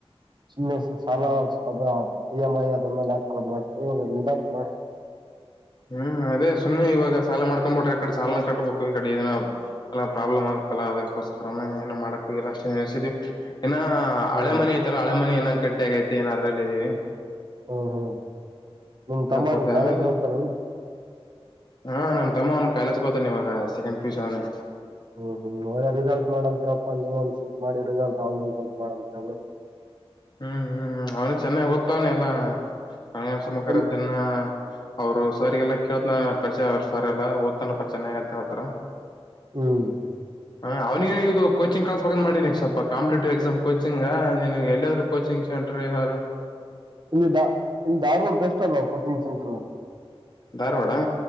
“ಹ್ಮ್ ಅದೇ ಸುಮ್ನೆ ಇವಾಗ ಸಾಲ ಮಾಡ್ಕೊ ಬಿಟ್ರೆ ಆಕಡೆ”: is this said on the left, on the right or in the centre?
Left